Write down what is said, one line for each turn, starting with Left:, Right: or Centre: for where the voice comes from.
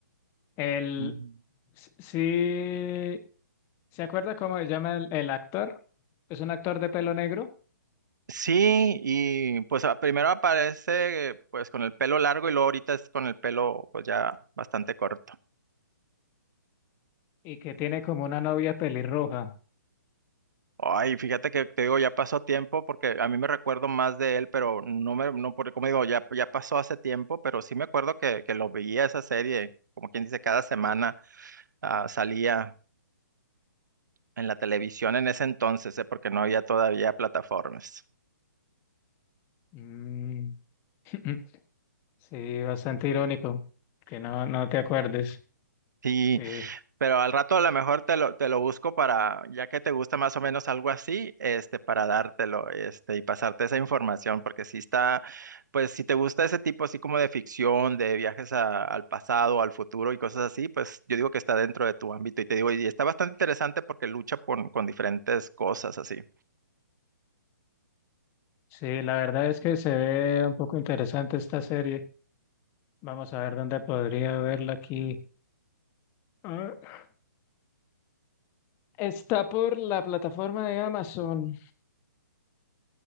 Left: El,
Right: Mm.
Left: s- sí, ¿se acuerda cómo se llama el, el actor? Es un actor de pelo negro
Right: Sí, y pues a- primero aparece pues con el pelo largo y luego ahorita es con el pelo pues ya bastante corto.
Left: y que tiene como una novia pelirroja.
Right: Ay, fíjate que te digo, ya pasó tiempo porque a mí me recuerdo más de él, pero no me, no, porque como digo, ya, ya pasó hace tiempo, pero sí me acuerdo que, que lo veía esa serie, como quien dice, cada semana ah, salía en la televisión en ese entonces, eh, porque no había todavía plataformas.
Left: Mm, <laughs> sí, bastante irónico, que no, no te acuerdes,
Right: Sí,
Left: que
Right: Pero al rato a lo mejor te lo, te lo busco para, ya que te gusta más o menos algo así, este, para dártelo, este, y pasarte esa información, porque si está, pues si te gusta ese tipo así como de ficción, de viajes a- al pasado, al futuro y cosas así, pues yo digo que está dentro de tu ámbito y te digo, y está bastante interesante porque lucha con, con diferentes cosas así.
Left: sí, la verdad es que se ve un poco interesante esta serie. Vamos a ver dónde podría verla aquí. Ah, está por la plataforma de Amazon,